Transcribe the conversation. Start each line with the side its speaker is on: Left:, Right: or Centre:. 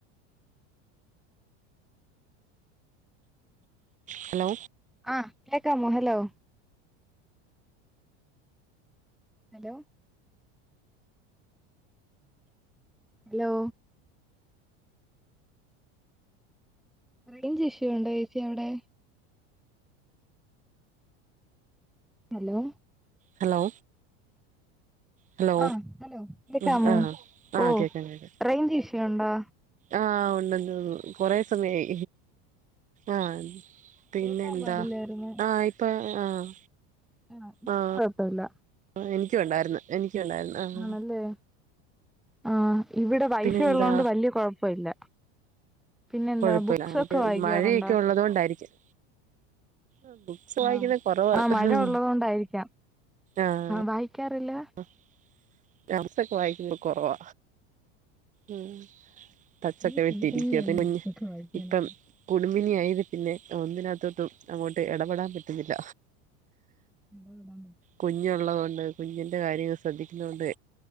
Right: hello
Centre: ആ കേക്കാമോ hello hello hello range issue ഉണ്ടോ ഏച്ചി അവിടെ ഹലോ
Right: ഹലോ ഹലോ
Centre: ആഹ് ഹലോ കേക്കാമോ
Right: ഉം ആഹ് ആഹ്
Centre: ഓ
Right: കേക്കാം കേക്കാം
Centre: റേയ്ഞ്ച് ഇഷ്യ ഉണ്ടോ
Right: ആഹ് ഉണ്ടന്ന് തോന്നുന്നു കൊറെ സമയായി ആഹ് പിന്നെന്താ
Centre: കേക്കാൻ പാടില്ലായിരുന്നു
Right: ആഹ് ഇപ്പൊ ആഹ്
Centre: ആഹ്
Right: ആഹ്
Centre: കുഴപ്പല്ല
Right: ആഹ് എനിക്കുഉണ്ടായിരുന്നു എനിക്കു ഉണ്ടായിരുന്നു ആഹ്
Centre: ആണല്ലേ ആഹ് ഇവിടെ വൈഫയ്
Right: പിന്നെന്താ
Centre: ഉള്ളതോണ്ട് വലിയ കൊഴപ്പല്ല പിന്നെന്താ
Right: കൊഴപ്പില്ല
Centre: ബുക്സ് ഒക്കെ വായിക്കാറുണ്ടോ
Right: മഴയൊക്കെ ഉള്ളത് കൊണ്ടായിരിക്കും ഉം വായിക്കുന്നത്
Centre: ആഹ്
Right: കൊറവാ ആഹ്
Centre: മഴ ഉള്ളത് കൊണ്ടായിരിക്കാം
Right: ആഹ്
Centre: വായിക്കാറില്ല
Right: ഉം ഞാൻ ബുക്ക്സക്കെ വായിക്കുന്നത് കുറവാ ഉം തച്ചൊക്കെ
Centre: ഈ
Right: വിട്ടിരിക്കാ
Centre: ഫ്രീ ടൈമിലല്ലേ
Right: അത് മുന്നേ കുഞ്ഞ്
Centre: ബുക്കൊക്കെ വായിക്കാനുള്ളൂ
Right: ഇപ്പം കുടുംബിനി ആയത് പിന്നെ ഒന്നിനകത്തോട്ടും അങ്ങോട്ട് ഇടപെടാൻ പറ്റുന്നില്ല
Centre: ഇടവിടാൻ
Right: കുഞ്ഞുള്ളതൊണ്ട് കുഞ്ഞിന്റെ കാര്യം ശ്രദ്ധിക്കുന്ന കൊണ്ട്